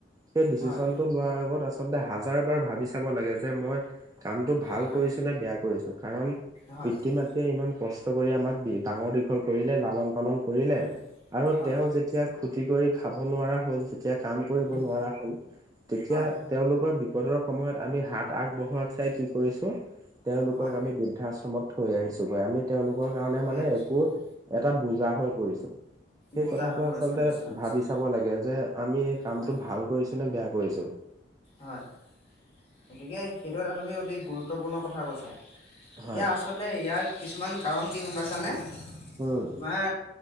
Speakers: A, on the right (about 20°); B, on the left (about 30°).
A: সেই ডিচিশচন
B: হয়
A: টো লোৱাৰ আগত আচলতে হাজাৰ বাৰ ভাবি চাব লাগে যে মই। কামটো ভাল
B: হয়
A: কৰিছো নে বেয়া কৰিছো কাৰণ
B: হয়
A: পিতৃ
B: হয়
A: মাতৃয়ে ইমান। কষ্ট কৰি আমাক দি ডাঙৰ দীঘল কৰিলে লালন পালন কৰিলে
B: উম
A: আৰু
B: হয়
A: তেওঁ যেতিয়া। খুতি কৰি খাব নোৱাৰা হ'ল যেতিয়া কাম কৰিব
B: উম
A: নোৱাৰা হ'ল তেতিয়া।
B: হয়
A: তেওঁলোকৰ বিপদৰ সময়ত আমি হাত আগবঢ়োৱাক চাই কি কৰিছো তেওঁলোকক
B: হয়
A: আমি বৃদ্ধাশ্ৰমত। থৈ আহিছোগৈ আমি তেওঁওলোকৰ
B: থ-
A: কাৰণে
B: থৈ
A: মানে
B: আহিছোঁ
A: একো
B: হয়
A: এটা বুজা হৈ পৰিছো। সেই
B: বুজা
A: কথাাটো
B: হৈ পৰিছোঁ
A: আচলতে
B: নিশ্চয় নিশ্চয়
A: ভাবি চাব লাগে যে আমি কামটো
B: হয়
A: ভাল কৰিছো নে বেয়া। কৰিছো।
B: হয় গতিকে সেইটো এটা তুমি অতি গুৰুত্বপূৰ্ণ কথা কৈছা। এতিয়া
A: হয়
B: আচলতে ইয়াৰ কিছুমান কাৰণ কি গম পাইছানে।
A: উম
B: তোমাৰ